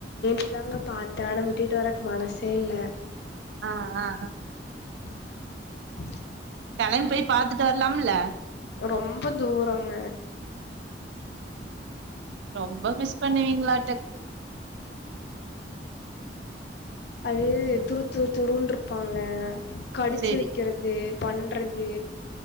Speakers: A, on the left; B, on the right.
A: இது தாங்க பார்த்தேன் ஆனா விட்டுட்டு வர்றக்கு மனசே இல்ல
B: ஆஹ் ஆஹ் ஆஹ்
A: <unintelligible>
B: கிளம்பி போய் பாத்துட்டு வரலாம ல்ல
A: ரொம்ப தூரங்க
B: ரொம்ப மிஸ் பண்ணுவீங்களாட்ருக்கு
A: அது துரு துரு துருனு இருப்பாங்க கடிச்சு
B: சேரி
A: வைக்கிறது பண்றது